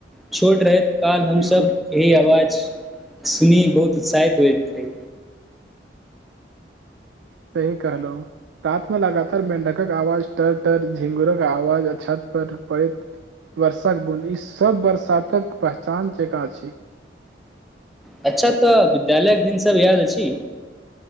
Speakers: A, in the centre; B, on the right.
A: छोट रहैत काल हमसभ
B: बिलकुल
A: एहि आवाज सुनी, बहुत उत्साहित होइत रही।
B: सही कहलो। रात में लगातार मेंढ़कक आवाज टर- टर, झिंगरक आवाज अ छत पर पड़ैत वर्षाक बुद ई सब बरसातक पहचान जेकाँ छी।
A: अच्छा! तऽ विद्यालयक दिन सब याद अछि?